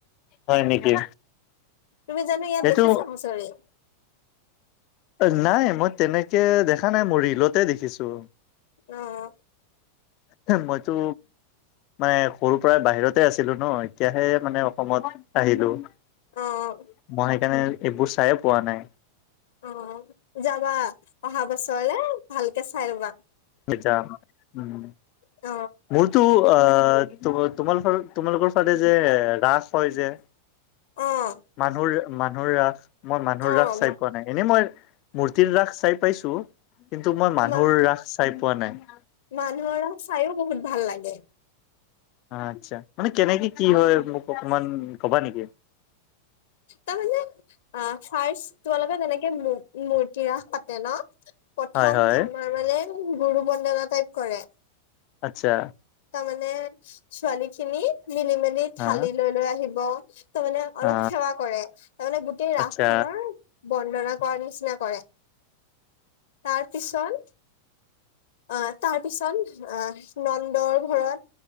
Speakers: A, on the left; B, on the left.
A: হয় নেকি।
B: তুমি জানো ইয়াত
A: এইটো
B: দেখিছা হুঁচৰি?
A: অ', নাই মই তেনেকে দেখা নাই, মই ৰিলতে দেখিছো।
B: অ'।
A: মইতো মানে সৰু পৰাই বাহিৰতে আছিলো ন', এতিয়াহে মানে অসমত আহিলো। মই
B: অ',
A: সেইকাৰণে এইবোৰ চায়ে পোৱা নাই।
B: অ', যাবা অহা বছৰলে ভালকে চাই ৰ'বা।
A: <unintelligible> উম,
B: অ',
A: মোৰ টো অ', তোমালোকৰ-তোমালোকৰ ফালে যে ৰাস হয় যে।
B: অ'।
A: মানুহৰ, মানুহৰ ৰাস, মই মানুহৰ
B: অ',
A: ৰাস চাই পোৱা নাই। এনেই মই মূৰ্তিৰ ৰাস চাই পাইছো কিন্তু মই মানুহৰ
B: মা
A: ৰাস চাই পোৱা নাই।
B: মানুহৰ চাইও বহুত ভাল লাগে।
A: আচ্ছা, মানে কেনেকে কি হয় মোক অকমান ক'বা নেকি?
B: তাৰমানে অ', ফাৰ্ষ তোমালোকৰ যেনেকে মূ-মূৰ্তিৰাস পাতে ন'। প্ৰথম
A: হয় হয়
B: আমাৰ মানে গুৰু বন্দনা টাইপ কৰে।
A: আচ্ছা।
B: তাৰমানে ছোৱালীখিনি মিলি মেলি থালি
A: হা
B: লৈ লৈ আহিব। তাৰমানে অলপ
A: হা
B: সেৱা কৰে তাৰমানে গোটেই ৰাস
A: আচ্ছা
B: খনৰ বন্দনা কৰাৰ নিচিনা কৰে, তাৰপিছত অ', তাৰপিছত অ', ন'ন দৰ ঘৰত